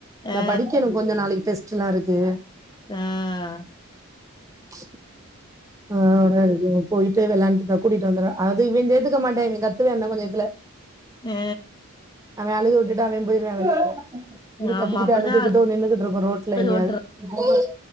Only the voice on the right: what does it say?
நா படி க்குனு கொஞ்சோ நாளைக்கு டெஸ்ட்லா இருக்கு
ம்ச் ஆ ஓ நாருக்கு போயிட்டு விளாண்ட்டு கூட்டிட்டு வந்துருவே அது இவே சேத்துக்க மாட்ட இவ கத்வா இன்னு கொஞ்சோ நேத்துல
அழுக விட்டுட்டு அவே போயிருவா இது கத்திகிட்டு
அழுதுகிட்டு
நின்னுகிட்டு இருக்கு ரோட்ல எங்கயாவுது